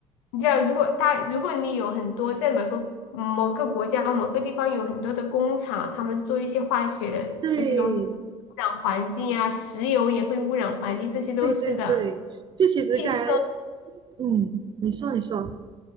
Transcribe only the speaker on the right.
对
对对对，就其实该，
嗯，你说你说，